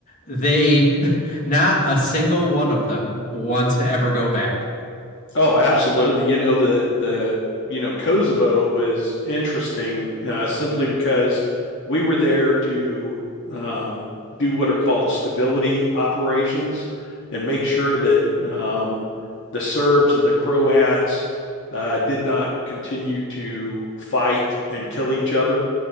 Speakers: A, on the left (about 40°); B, on the left (about 60°).
A: they <laughs> not a single one of them wants to ever go back.
B: Oh, absolutely. You know the the you know Kosovo was interesting uh, simply because we were there to um, do what are called stability operations and make sure that um, the Serbs and the Croats uh, did not continue to fight and kill each other.